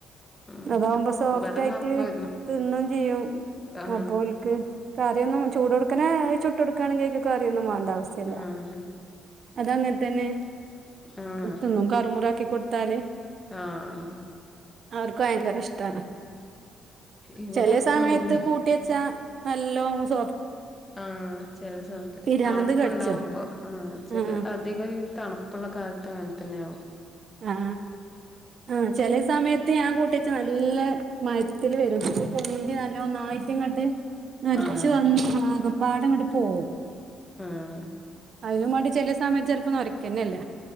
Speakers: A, on the left; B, on the right.
A: ഉം
B: അതാവുമ്പോ സോഫ്റ്റ്
A: ഇവിടെന്ന്
B: ആയിട്ട്
A: അപ്പായിരുന്നു
B: തിന്നും ചെയ്യും
A: ആഹ്
B: അപ്പോൽക്ക് കറിയൊന്നും ചൂട് കൊടുക്കനെ ചുട്ട് കൊടുക്കുകയാണെങ്കിൽ കയറിയൊന്നും വേണ്ട ആവശ്യല്ല
A: ആഹ്
B: അതങ്ങനെ തന്നെ
A: ആഹ്
B: തിന്നും കറുമുറാക്കി കൊടുത്താല്
A: ആഹ്
B: അവർക്ക് ഭയങ്കര ഇഷ്ടമാണ്
A: ഇവിടെ
B: ചെല
A: അപ്പായിരുന്നു
B: സമയത്ത് കൂട്ടി വച്ചാ നല്ലോം സോ
A: ആഹ് ചെല സമയത്ത്
B: പിരാന്ത്
A: തണുപ്പുണ്ടാവുമ്പോ
B: കടിച്ചും
A: ഉം ചെല
B: ആഹ്
A: അധികം ഈ തണുപ്പുള്ള കാലത്ത് അങ്ങനെ തന്നെയും
B: ആഹ് ആഹ് ചെല സമയത്ത് ഞാൻ കൂട്ടി നല്ല മരത്തില് വരും പിന്നെ പൊന്തി നല്ലന്നായിട്ടുംങ്ങട്ട് മരിച്ച്
A: ആഹ്
B: വന്ന് ആകപ്പാട ഇങ്ങോട്ട് പോകും
A: ആഹ്
B: അതിന് മാണ്ടി ചെല സമയത്ത് ചിലപ്പോ നൊറയ്ക്കന്നെല്ല